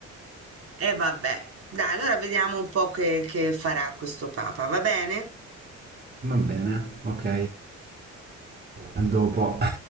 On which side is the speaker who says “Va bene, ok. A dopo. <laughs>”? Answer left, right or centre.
Right